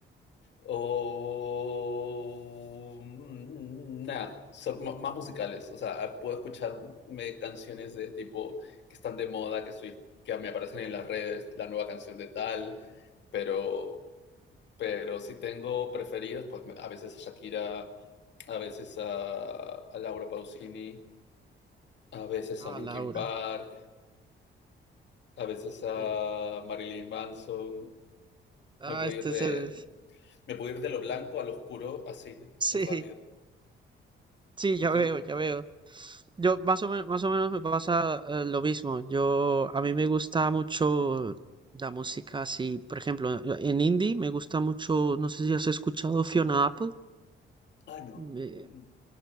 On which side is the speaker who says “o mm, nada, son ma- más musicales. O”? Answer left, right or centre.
Left